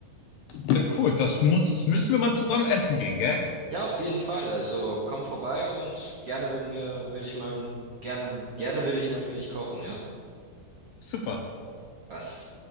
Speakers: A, on the left; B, on the right.
A: Ja, cool, das muss, müssen wir mal zusammen essen gehen, gell?
B: Ja, auf jeden Fall. Also komm vorbei und gerne würden wir, würde ich mal, gerne, gerne würde ich mal für dich kochen, ja?
A: Super.
B: Passt.